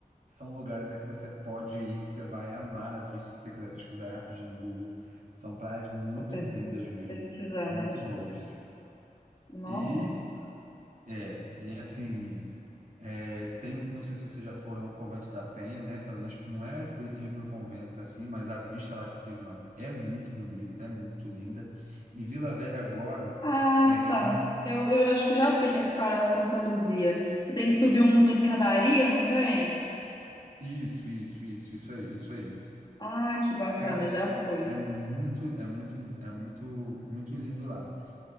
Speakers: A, on the right; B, on the left.
A: são lugares aí que você pode ir, que você vai amar a vista, se você quiser pesquisar aí rapidinho no Google. São praias muito
B: Tô pes-
A: lindas mesmo,
B: pesquisando
A: muito
B: aqui.
A: boas.
B: Nossa.
A: E, é, e assim, é, tem, o- não sei se vocês já foram ao Convento da Penha, né? Pelo menos não é pro- ir para o convento assim, mas a vista lá de cima é muito bonita, é muito linda. Em Vila Velha agora,
B: Ah,
A: tem.
B: tá. Eu, eu acho que já fui nesse farol de Santa Luzia. Você tem que subir um- uma escadaria, não tem?
A: Isso, isso, isso, isso aí, isso aí.
B: Ah, que bacana,
A: Cara,
B: já fui.
A: é muito, é muito, é muito, muito lindo lá.